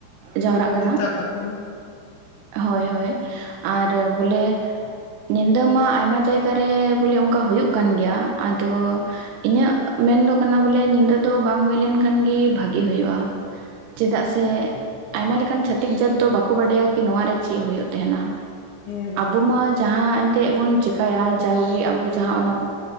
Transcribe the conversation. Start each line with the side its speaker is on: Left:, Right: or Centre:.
Right: ᱡᱟᱣᱨᱟᱜ ᱠᱟᱱᱟ
Left: ᱱᱮᱣᱛᱟ ᱠᱟᱠᱚᱣᱟ
Right: ᱾ ᱦᱳᱭ, ᱦᱳᱭ, ᱟᱨ ᱵᱚᱞᱮ ᱧᱤᱫᱟᱹ ᱢᱟ ᱟᱭᱢᱟ ᱡᱟᱭᱜᱟᱨᱮ ᱵᱚᱞᱮ ᱚᱝᱠᱟ ᱦᱩᱭᱩᱜ ᱠᱟᱱ ᱜᱮᱭᱟ, ᱟᱫᱚ ᱤᱧᱟᱹᱜ ᱢᱮᱱᱫᱚ ᱠᱟᱱᱟ ᱵᱚᱞᱮ ᱧᱤᱫᱟᱹ ᱫᱚ ᱵᱟᱝ ᱦᱩᱭ ᱞᱮᱱᱠᱷᱟᱱ ᱜᱮ ᱵᱷᱟᱹᱜᱤ ᱦᱩᱭᱩᱜᱼᱟ᱾ ᱪᱮᱫᱟᱜ ᱥᱮ ᱟᱭᱢᱟ ᱞᱮᱠᱟᱱ ᱪᱷᱟᱹᱛᱤᱠ ᱡᱟᱹᱛ ᱫᱚ ᱵᱟᱠᱚ ᱵᱟᱠᱚ ᱵᱟᱰᱟᱭᱟ ᱠᱤ ᱱᱚᱣᱟ ᱨᱮ ᱪᱮᱜ ᱦᱩᱭᱩᱜ ᱛᱟᱦᱮᱱᱟ᱾
Left: ᱦᱩᱸ
Right: ᱟᱵᱚ ᱢᱟ ᱡᱟᱦᱟᱸ ᱮᱱᱛᱮᱜ ᱵᱚᱱ ᱪᱮᱠᱟᱭᱟ ᱡᱟᱣᱜᱮ ᱟᱵᱚ ᱡᱟᱦᱟᱸ ᱚᱱᱟ